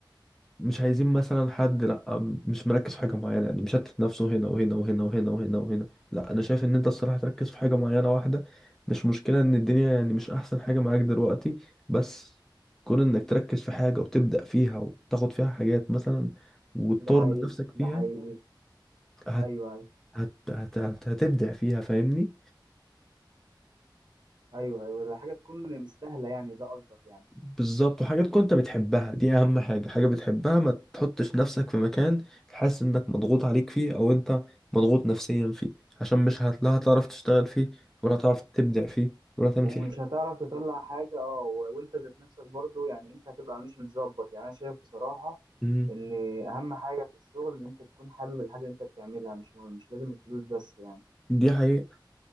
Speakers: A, in the centre; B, on the right.
A: مش عايزين مثلا حد لا مش مركز في حاجة معينة يعني مشتت نفسه هنا وهنا وهنا وهنا وهنا وهنا لا أنا شايف إن أنت الصراحة تركز في حاجة معينة واحدة مش مشكلة إن الدنيا يعني مش أحسن حاجة معاك دلوقتي بس كون إنك تركز في حاجة وتبدأ فيها وتاخد فيها حاجات مثلا وتطور
B: ده حقيقي
A: من نفسك فيها
B: ده حقيقي
A: هت...
B: ايوه ايوه
A: هت... هت... هت... هتبدع فيها فاهمني؟
B: ايوه ايوه ده حاجه تكون مستاهله يعني ده قصدك يعني
A: بالظبط وحاجات كنت بتحبها دي اهم حاجة حاجة بتحبها ما تحطش نفسك في مكان حاسس انك مضغوط عليك فيه او انت مضغوط نفسيا فيه عشان مش هت- لا هتعرف تشتغل فيه ولا هتعرف تبدع فيه ولا تعمل
B: ومش
A: فيه حاجة
B: هتعرف تطلع حاجه اه و- وانت ذات نفسك برضو يعني انت هتبقى مش متظبط يعني انا شايف بصراحه
A: مم.
B: ان اهم حاجه في الشغل ان انت تكون حابب الحاجه اللي انت بتعملها مش مهم مش لازم الفلوس بس يعني
A: دي حقيقة